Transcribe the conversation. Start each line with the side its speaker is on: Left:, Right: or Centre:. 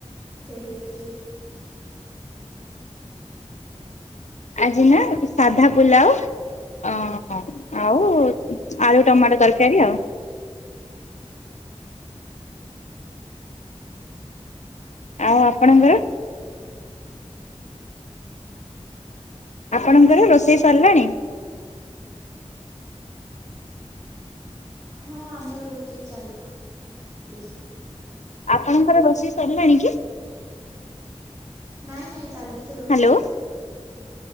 Right: ଷେଇ ହେଇଛି?
Left: ଆଜି ନା ସାଧା ପୁଲାଉ। ଓହୋ ଆଉ ଆଳୁ, ଟମାଟୋ ତରକାରୀ ଆଉ। ଆଉ ଆପଣଙ୍କର? ଆପଣଙ୍କର ରୋଷେଇ ସରିଲାଣି?
Right: ହଁ ଆମର ରୋଷେଇ ଚାଲ ଲିଚି।
Left: ଆପଣଙ୍କର ରୋଷେଇ ସରିଲାଣି କି?
Right: ନାଇଁ ନାଇଁ ଚାଲିଛି ରୋଷେଇ।
Left: ହ୍ୟାଲୋ